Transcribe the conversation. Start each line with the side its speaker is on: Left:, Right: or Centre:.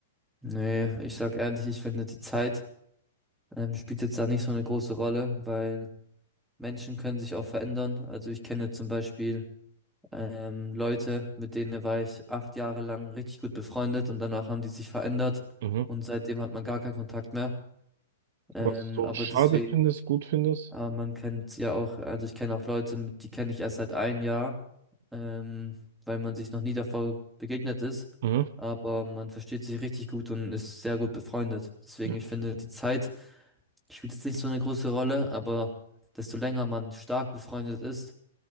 Centre: Nee, ich sag ehrlich, ich finde die Zeit ähm, spielt jetzt da nicht so eine große Rolle, weil Menschen können sich auch verändern. Also ich kenne zum Beispiel ähm, Leute, mit denen war ich acht Jahre lang richtig gut befreundet und danach haben die sich verändert
Right: Mhm.
Centre: und seitdem hat man gar keinen Kontakt mehr. Ähm,
Right: Was du
Centre: aber
Right: schade
Centre: deswegen
Right: findest, gut findest?
Centre: aber man kennt ja auch, also ich kenne auch Leute, mit- die kenne ich erst seit ein Jahr, ähm, weil man sich noch nie davor begegnet ist.
Right: Mhm.
Centre: Aber man versteht sich richtig gut und ist sehr gut befreundet. Deswegen,
Right: Ja,
Centre: ich finde, die Zeit spielt jetzt nicht so eine große Rolle, aber desto länger man stark befreundet ist,